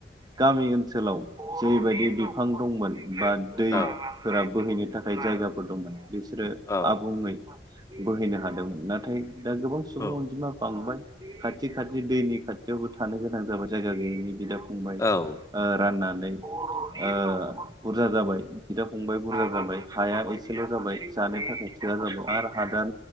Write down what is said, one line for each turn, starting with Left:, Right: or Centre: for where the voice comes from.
Right: गामि ओनसोलाव जेबायदि बिफां दंमोन। बा दैफोरा
Left: औ
Right: बोहैनो थाखाय जायगाफोर दंमोन। बिसोरो
Left: औ
Right: आबुङै बोहैनो हादोंमोन। नाथाय दा गोबां सुबुं
Left: औ
Right: अनजिमा बांबाय। खाथि खाथि दैनि खाथियावबो थानो गोनां जाबाय जायगा गैयैनि बिदाब फंबाय
Left: औ
Right: ओ राननानै ओ बुरजा जाबाय बिदा फंबाय बुरजा जाबाय हाया एसेल' जाबाय जानो थाखाय थोआ जाबाय। आरो हादान